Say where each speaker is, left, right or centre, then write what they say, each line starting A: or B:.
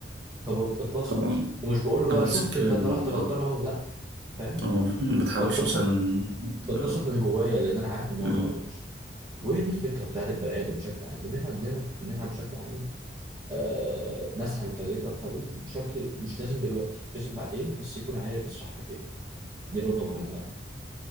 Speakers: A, on the right (about 20°); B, on the right (about 70°).
A: فبتبسط
B: طبعا
A: ومش بقول له بقى
B: على
A: شفت
B: ذكر
A: انت
B: الموضوع
A: طلعت غلطان
B: ده
A: اهو لا فاهم
B: اه ما تحاولش
A: بتبسط
B: مثلا
A: بتبسط
B: ت-
A: من جوايا لان انا عارف ان هو
B: مم،
A: اتغير وهي دي الفكره بتاعت البني ادم بشكل عام ان احنا عندنا ان احنا بشكل عام آه نسعى لتغيير الاخرين بشكل مش لازم دلوقتي مش لازم بعدين بس يكون عارف الصح فين دي نقطه مهمه